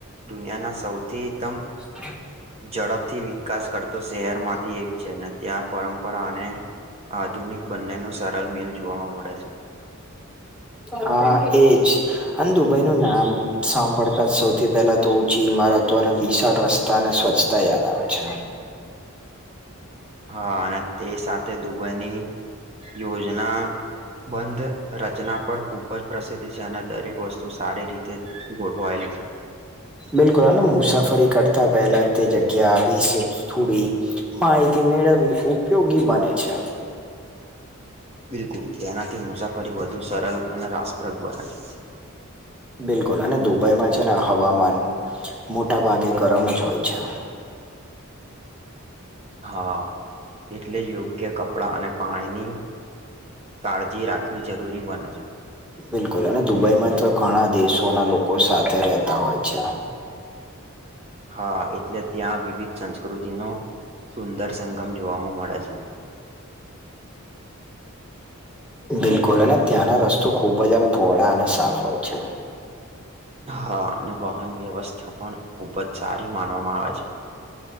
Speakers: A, on the right (about 30°); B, in the centre.
A: દુનિયાના સૌથી એકદમ,
B: <inaudible>
A: ઝડપથી વિકાસ કરતો શહેરમાંથી એક છે ને ત્યાં પરંપરા અને, આધુનિક બંનેનું સરળ મિલ જોવા મળે છે.
B: હા, એજ. અને દુબઈનું નામ સાંભળતા જ સૌથી પહેલા તો ઊંચી ઈમારતો અને વિશાળ રસ્તા-, ને સ્વચ્છતા યાદ આવે છે.
A: હા, અને તે સાથે દુબઈની યોજના, બંધ રચના પર કૂ, ખ જ પ્રસિદ્ધ છે અને દરેક વસ્તુ સારી રીતે ગોઠવાયેલી છે.
B: બિલકુલ. હા મુસાફરી કરતા પહેલા તે જગ્યા આવી છે. થોડી હા, એથી મેળવવી ઉપયોગી બને છે.
A: બિલકુલ. તેનાથી મુસાફરી વધુ સરળ અને રસપ્રદ બને છે.
B: બિલકુલ. અને દુબઈમાં છે ને હવામાન મોટા ભાગે ગરમ જ હોય છે.
A: હા, એટલે યોગ્ય કપડાં અને-, પાણીની કાળજી રાખવી જરૂરી બને છે.
B: બિલકુલ. અને દુબઈમાં તો ઘણા દેશોના લોકો સાથે રહેતા હોય છે.
A: હા, એટલે ત્યાં વિવિધ સંસ્કૃતિનો સુંદર સંગમ જોવાવામાં મળે છે.
B: બિલકુલ. અને ત્યાંના રસ્તો ખુબ જ આમ પહોળા અને સાફ હોય છે.
A: હા અને વાહન વ્યવસ્થા પણ ખુબ જ સારી માનવામાં આવે છે.